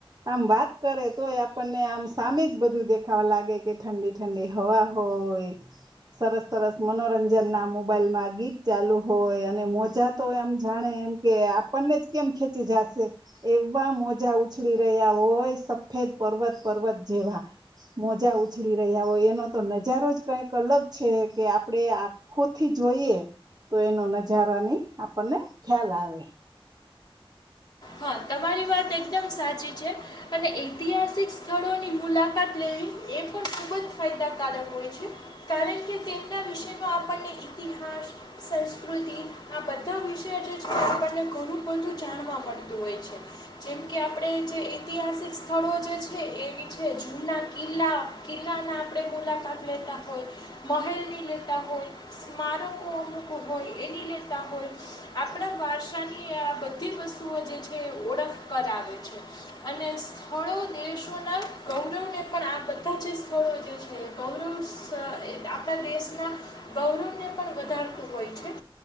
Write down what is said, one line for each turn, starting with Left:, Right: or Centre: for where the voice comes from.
Right: આમ વાત કરે તોય આપણને આમ સામે જ બધું દેખાવા લાગે કે ઠંડી ઠંડી હવા હોય, સરસ સરસ મનોરંજન ના મોબાઈલમાં ગીત ચાલુ હોય અને મોજા તો આમ જાણે એમ કે આપણને જ કેમ ખેંચી જાશે એવા મોજા ઉછળી રહ્યા હોય સફેદ પર્વત પર્વત જેવા મોજા ઉછ ડી રહ્યા હોય એનો તો નજારો જ કઈક અલગ છે કે આપણે આખોથી જોઈએ તો એનો નજારાની આપણને ખ્યાલ આવે.
Left: હા તમારી વાત એકદમ સાચી છે અને ઐતિહાસિક સ્થળોની મુલાકાત લેવી એ પણ ખૂબ જ ફાય દાકારક હોય છે. કારણ કે તેમના વિષનો આપણને ઇતિહાસ, સંસ્કૃતિ આ બધા વિષય જે છે આપણને ઘણું બધું જાણવા મળે. ળતું હોય છે. જેમકે આપણે જે ઐતિહાસિક સ્થળો જે છે એ છે જૂના કિલ્લા, કિલ્લાના આપણે મુલાકાત લેતા હોય, મહેલની લેતા હોય, સ્મારકો અમુક હોય એની લેતા હોય આપણા વારસાની આ બધી વસ્તુઓ જે છે છે ઓળખ કરાવે છે અને સ્થળો દેશોના ગૌરવને પણ આ બધા જે સ્થળો જે છે ગૌરવ આપણા દેશના ગૌરવને પણ વધારતું હોય છે.